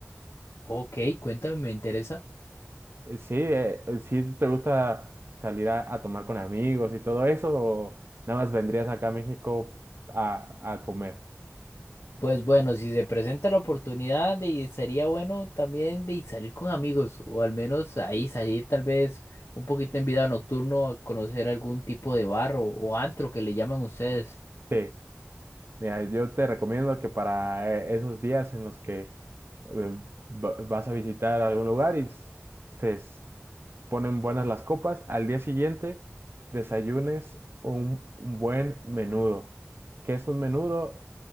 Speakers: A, on the left; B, on the right.
A: Ok, cuéntame, me interesa.
B: Eh, Sí, eh, eh, sí te gusta salir a, a tomar con amigos y todo eso, o nada más vendrías acá a México a, a comer.
A: Pues bueno, si se presenta la oportunidad, de, sería bueno también de salir con amigos, o al menos ahí salir tal vez un poquito en vida nocturno a conocer algún tipo de bar o, o antro que le llaman ustedes.
B: Sí, mira, yo te recomiendo que para eh, esos días en los que eh, va- vas a visitar algún lugar y s- se, ponen buenas las copas, al día siguiente desayunes un un buen menudo. ¿Qué es un menudo?